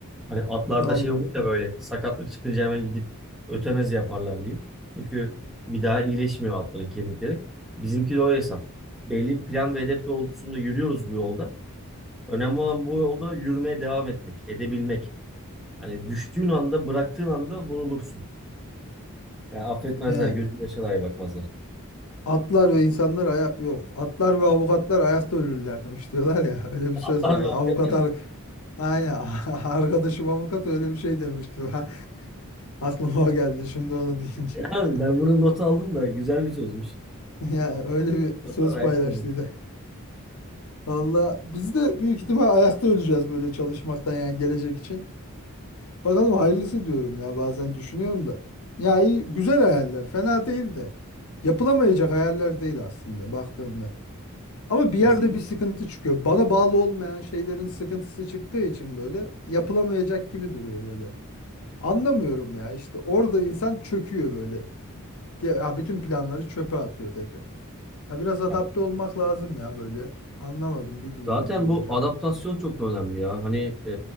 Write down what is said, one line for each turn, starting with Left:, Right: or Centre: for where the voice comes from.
Centre: Hani atlarda
Left: Al,
Centre: şey olur da böyle sakatlık çıkınca hemen gidip ötenazi yaparlar diyeyim. Çünkü bir daha iyileşmiyor atların kemikleri. Bizimki de o hesap. Belli bir plan ve hedef doğrultusunda yürüyoruz bu yolda. Önemli olan bu yolda yürümeye devam etmek, edebilmek. Hani düştüğün anda, bıraktığın anda vurulursun. Yani affetmezler,
Left: yani
Centre: gözün yaşa dahi bakmazlar.
Left: atlar ve insanlar aya yok. Atlar ve avukatlar ayakta ölürlermiş diyorlar ya. <laughs> Öyle bir söz
Centre: Atlar
Left: var.
Centre: ve avukatlar.
Left: Avukat ar- aynen <laughs> arkadaşım avukat öyle bir şey demişti. Ha, aklıma o geldi şimdi onu deyince.
Centre: Yani
Left: <laughs>
Centre: ben bunun notu aldım da güzel bir sözmüş.
Left: Yani öyle bir
Centre: Fiyatlar
Left: söz
Centre: ayakta
Left: paylaştıydı.
Centre: olur.
Left: Valla biz de büyük ihtimal ayakta öleceğiz böyle çalışmaktan yani gelecek için. Bakalım hayırlısı diyorum ya bazen düşünüyorum da. Ya iyi, güzel hayaller fena değil de. Yapılamayacak hayaller değil aslında baktığımda. Ama bir
Centre: Kesinlikle.
Left: yerde bir sıkıntı çıkıyor. Bana bağlı olmayan şeylerin sıkıntısı çıktığı için böyle yapılamayacak gibi duruyor böyle. Anlamıyorum ya işte orada insan çöküyor böyle. Ya ya bütün planları çöpe atıyor tekrar. Ya biraz adapte
Centre: Ha,
Left: olmak lazım ya böyle. Anlamadım bilmiyorum
Centre: Zaten
Left: ne olacak.
Centre: bu adaptasyon çok da önemli ya. Hani e,